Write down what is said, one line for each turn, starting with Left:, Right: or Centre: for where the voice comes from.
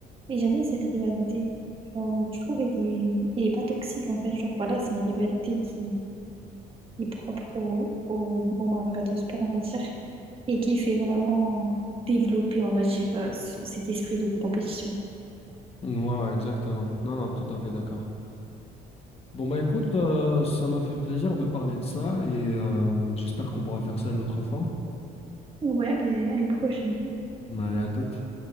Right: mais j'aime bien cette rivalité. Genre, je trouve qu'elle est, elle est pas toxique, en fait. Genre, voilà, c'est une rivalité qui qui est propre au, au, au manga de sport, on va dire, et qui fait vraiment développer, on va dire, euh, c- cet esprit de compétition.
Left: Ouais, ouais, exactement. Non, non, tout à fait d'accord. Bon, bah écoute, euh, ça m'a fait plaisir de parler de ça et euh, j'espère qu'on pourra faire ça une autre fois.
Right: Ouais, ben, à une prochaine.
Left: Allez, à toute.